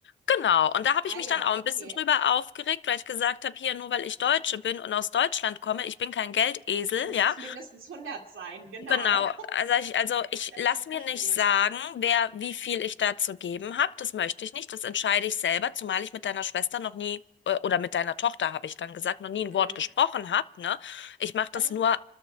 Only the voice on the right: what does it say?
Ah
ja,
okay.
Muss
es mindestens hundert sein, genau.
Das
für Vorstellung.
Mhm.
Also,